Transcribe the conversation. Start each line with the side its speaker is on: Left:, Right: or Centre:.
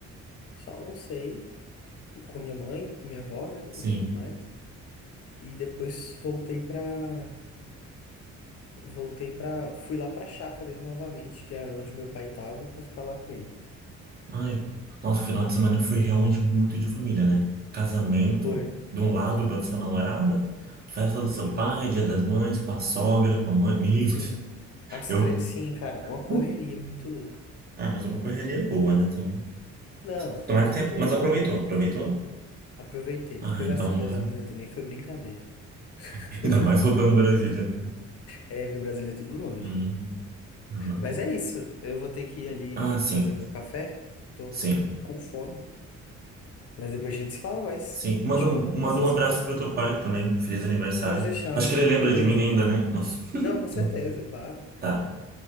Left: só almocei com minha mãe, com minha avó, né,
Right: Sim.
Left: e tudo mais. E depois voltei pra, voltei pra, fui lá pra Chácaras novamente, que era onde meu pai tava, pra ficar lá com ele.
Right: Ai, nossa, o final de semana foi realmente muito de família, né? Casamento,
Left: Foi,
Right: de um lado da sua namorada, festa do seu
Left: sim,
Right: pai, dia das mães, com a sogra, com a mãe. Meu Deus.
Left: sim. As
Right: Eu.
Left: três, sim, cara, uma correria
Right: <laughs>
Left: muito louca.
Right: Ah, mas é uma correria boa, né, também.
Left: Não,
Right: Tomara
Left: com
Right: que
Left: certeza,
Right: tenha. Mas aproveitou,
Left: com certeza.
Right: aproveitou?
Left: Aproveitei,
Right: Ah,
Left: mas o que eu
Right: então
Left: gastei de
Right: melhor.
Left: gasolina também foi brincadeira. <laughs>
Right: Ainda mais rodando Brasília.
Left: É, porque o Brasil é tudo longe.
Right: Hum, não, não,
Left: Mas
Right: é.
Left: é isso, eu vou ter que ir ali
Right: Ah, sim,
Left: fazer meu café, tô
Right: sim,
Left: com fome. Mas depois a gente se fala mais.
Right: sim. Manda
Left: Te
Right: um,
Left: mo- mostro
Right: manda um
Left: as
Right: abraço
Left: fotos.
Right: pro teu pai também. Feliz aniversário.
Left: Pode deixar,
Right: Acho que ele lembra
Left: beleza.
Right: de mim ainda, né? Mas <laughs>
Left: Não, com certeza, claro.
Right: tá,